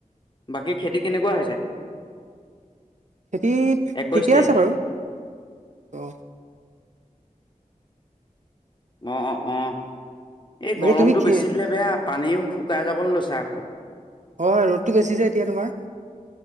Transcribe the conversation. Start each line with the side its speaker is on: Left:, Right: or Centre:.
Left: বাকী খেতি কেনেকুৱা হৈছে?
Right: খেতি
Left: একৈশ
Right: ঠিকে
Left: তাৰিখ
Right: আছে বাৰু অ',
Left: অ', অ', অ', এই
Right: বাকী
Left: গৰমটো
Right: তুমি খে
Left: বেছি দিলে বেয়া পানীও শুকাই যাবলৈ লৈছে আকৌ।
Right: হয় ৰ'দটো বেছি যে এতিয়া তোমাৰ,